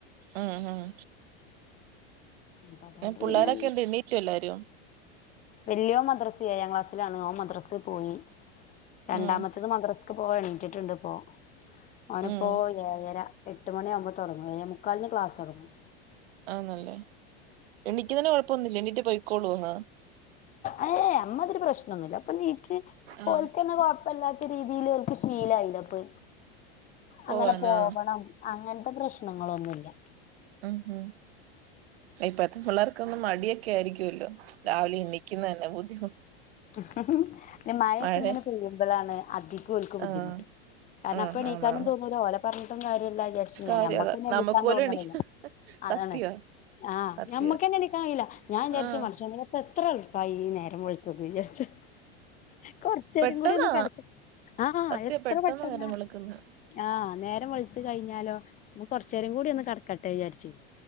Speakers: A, on the right (about 75°); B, on the left (about 25°).
A: ഉം ഉം
B: അപ്പൊ അതുകൊണ്ട്
A: എൻ പുള്ളാരൊക്കെ
B: പിന്നെ
A: എന്ത എണ്ണീറ്റൊ എല്ലാരും
B: വല്യോൻ മദ്രസി ഏയാം ക്ലാസ്സിലാണ് ഓൻ മദ്രസി പോയി രണ്ടാമത്തെ
A: ഉം
B: ത് മദ്രസ്ക്ക് പോവാ എണീറ്റിട്ടുണ്ട്പ്പോ അവന്
A: ഉം
B: പോ ഏയര എട്ട് മണിയാവുമ്പൊ തൊടങ്ങും ഏയെ മുക്കാൽന് ക്ലാസൊടങ്ങും
A: ആന്നല്ലേ എണിക്ക്ന്നേന് കൊഴപ്പൊന്നുല്ലെ എണീറ്റ പൊയ്ക്കോളോന്ന്
B: ആഹ് അമ്മാതിരി പ്രശ്നൊന്നുല്ല അപ്പൊ നീട്ട് പോ
A: ആഹ്
B: ഓല്ക്കെന്നെ പ്പല്ലാത്ത രീതീല് ഓൽക്ക് ശീലായിലെ അപ്പ
A: പോവാനാ
B: അങ്ങനെ പോവണം അങ്ങൻത്തെ പ്രശ്നങ്ങളൊന്നുല്ല
A: ഉം ഉം ഇപ്പത്തെ പുള്ളാർക്കൊന്ന് മടിയൊക്കെ ആയിരിക്കല്ലൊ രാവിലെ എണിക്ക്ന്നന്നെ ബുദ്ധിമു
B: പിന്ന മയക്കെ
A: മഴ
B: ഇങ്ങനെ പെയ്യുമ്പഴാണ് അധികം ഓൽക്ക് ബുദ്ധിമുട്ട്
A: ആഹ്
B: കാര്ണം
A: ആഹ്
B: അപ്പ ണീക്കാനും
A: ആന്നാന്ന്
B: തോന്നൂല ഓല പർഞ്ഞിട്ടും കാര്യമല്ലലെ ജാർച്
A: കാര്യ
B: ഞാന ഞമ്മക്കെന്നെ
A: അതാ നമുക്ക്
B: നീക്കാൻ
A: പോലും
B: തോന്ന്ണില്ല
A: എണീക്ക
B: അതാണ്
A: സത്യവാ
B: ആഹ്
A: സത്യവാ
B: നമ്മുക്കെന്നെ ണീക്ക കയ്യൂല ഞാ വിചാരിച്ചു
A: ആഹ്
B: മ അങ്ങനെ ഇപ്പ എത്രള്പ്പായി ഈ നേരം വെള്ത്തത് വിചാരിച്ചു കൊറ്ച്ചേരും
A: പെട്ടെന്നാ
B: കുടി ഒന്ന് കെടക്ക ആഹ്
A: സത്യ
B: എത്ര
A: പെട്ടെന്ന്
B: പെട്ടന്നാ
A: നേരം വെളുക്കുന്നെ
B: ആഹ് നേരം വെൾത്തു കഴിഞ്ഞാലൊ നമക്ക് കൊറ്ചേരം കൂടി ഒന്ന് കടക്കട്ടെ വിചാരിച്ചു